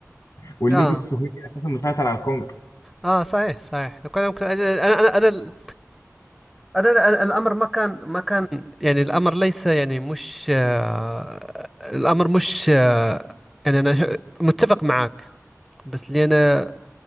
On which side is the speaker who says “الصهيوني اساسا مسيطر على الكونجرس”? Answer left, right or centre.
Left